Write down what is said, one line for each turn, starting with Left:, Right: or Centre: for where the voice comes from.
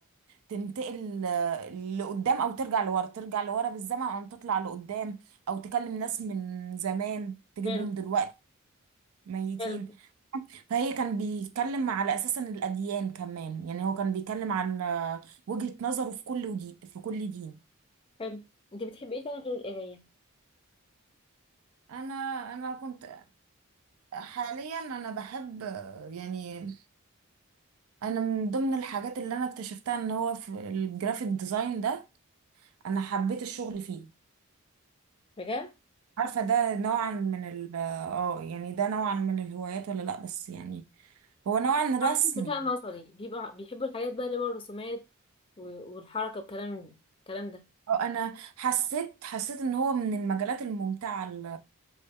Right: تنتقل آه، لقدام او ترجع لورا ترجع لورا بالزمن او تطلع لقدام او تكلم ناس من زمان تجيبهم
Left: حلو
Right: دلوقتي ميتين
Left: حلو
Right: فهي كان بيتكلم على اساس ان الاديان كمان يعني هو كان بيتكلم عن آه، وجهة نظره في كل ودي في كل دين
Left: حلو انت بتحبي ايه تاني غير القرايه
Right: انا انا كنت حاليا انا بحب يعني انا من ضمن الحاجات اللي انا اكتشفتها ان هو في الجرافيك ديزاين ده انا حبيت الشغل فيه
Left: بجد
Right: عارفة ده نوعا من ال اه يعني ده نوعا من الهوايات ولا لا بس يعني هو نوعا رسمي
Left: عندهم ذكاء نظري بيبقوا بيحبوا الحاجات بقى اللي هو الرسومات و- والحركه والكلام الكلام ده
Right: اه انا حسيت حسيت ان هو من المجالات الممتعة ال-